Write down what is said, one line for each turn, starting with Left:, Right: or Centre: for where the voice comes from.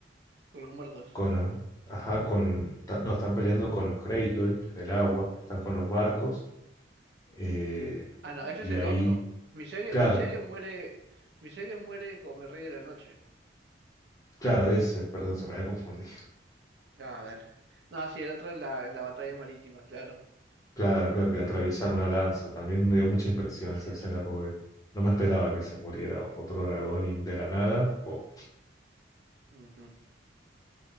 Right: con los muertos.
Left: con los... Ajá, con, ta- no, están peleando con los Greyjoy en el agua, están con los barcos. eh,
Right: Ah, no, ese
Left: y
Right: es el
Left: ahí,
Right: otro. Viserion,
Left: claro,
Right: Viserion muere, Viserion muere con el Rey de la Noche.
Left: claro, ese, perdón, se me había confundido.
Right: Ah, dale. No, sí, el otro en la, en la batalla marítima, claro.
Left: Claro, claro, que le atraviesan una lanza. También me dio mucha impresión
Right: Así
Left: esa
Right: es.
Left: escena porque no me esperaba que se muriera otro dragón y de la nada, ¡pum!
Right: Ujú.